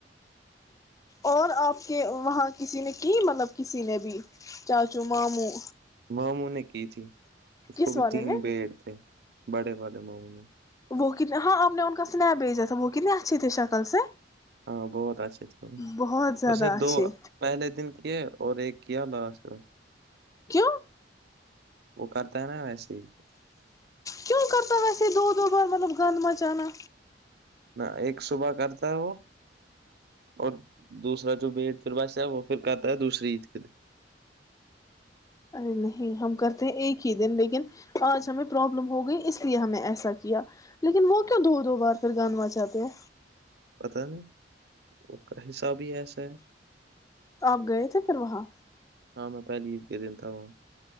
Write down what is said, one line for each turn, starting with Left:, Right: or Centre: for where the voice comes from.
Left: اور آپ کے وہاں کسی نے کی مطلب کسی نے بھی چاچو ماموں
Right: ماموں نے کی تھی اس
Left: کس
Right: کو بھی
Left: والے
Right: تین
Left: نے
Right: بیڑ تھے بڑے والے ماموں میں
Left: وہ کت ہاں آپ نے ان کا سنیپ بھیجا تھا وہ کتنی اچھی تھی شکل سے
Right: ہاں بہت اچھے تھے وہ
Left: بہت زیادہ
Right: اسے
Left: اچھے
Right: دو پہلے دن کیے اور ایک کیایا لاسٹ
Left: کیوں
Right: وہ کرتا ہے نا ویسے ہی
Left: کیوں کرتا ویسے دو دو بار مطلب گند مچانا
Right: نہ ایک صبح کرتا وہ اور دوسرا جو بٹ پھر باش ہے وہ پھر کہتا ہے دوسری عید کے دن
Left: ارے نہیں ہم کرتے ہیں ایک ہی دن لیکن آج ہمیں پرابلم ہو گئی اس لیے ہمیں ایسا کیا لیکن وہ کیوں دو دو بار پھر گانوا چاتتے ہیں
Right: پتا ہے نہیں کا حساب ہی ایسا ہے
Left: آپ گئے تھے پھر وہاں
Right: ہاں میں پہلی عید کے دینتا ہوں